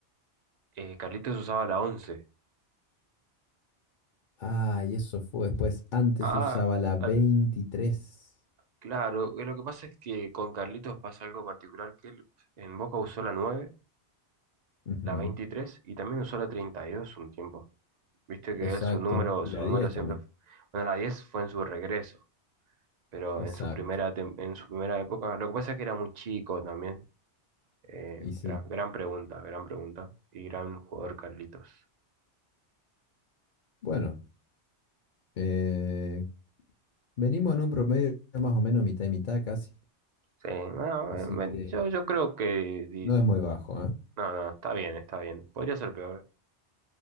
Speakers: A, on the right; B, on the left.
A: Eh, Carlitos usaba la 11.
B: Ah, y eso fue después. Antes
A: Ah,
B: usaba la 23.
A: la- claro, eh, lo que pasa es que con Carlitos pasa algo particular, que él en Boca usó la 9,
B: Ujú,
A: la 23 y también usó la 32 un tiempo. Viste que
B: Exacto.
A: él su número,
B: Y
A: su
B: la
A: número
B: 10
A: siempre,
B: también.
A: bueno, la 10 fue en su regreso. pero
B: Exacto.
A: en su primera, tem- en su primera época, lo que pasa es que era muy chico también. Eh,
B: Y sí.
A: gran, gran pregunta, gran pregunta. Y gran jugador Carlitos.
B: Bueno, eh, venimos en un promedio más o menos mitad y mitad casi.
A: Sí, no,
B: Así
A: eh, bueno,
B: que
A: yo, yo creo que... di-
B: no es muy bajo, ¿eh?
A: No, no, está bien, está bien. Podría ser peor.